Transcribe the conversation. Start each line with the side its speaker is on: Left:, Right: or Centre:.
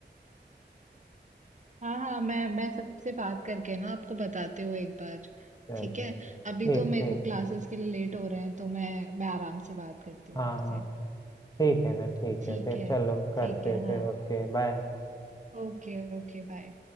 Right: हाँ हाँ मैं मैं सबसे बात करके ना आपको बताते हुए एक बार
Left: चल
Right: ठीक है
Left: ठीक
Right: अभी तो मेरे
Left: ठीक
Right: को क्लासेस के लिए लेट हो रहे हैं तो मैं मैं आराम से बात करती हूँ
Left: हाँ
Right: आपसे
Left: हाँ ठीक है ना ठीक
Right: ठीक
Left: है फिर
Right: है
Left: चलो करते
Right: ठीक है
Left: हैं फिर
Right: हाँ
Left: ओके बाय
Right: Okay okay bye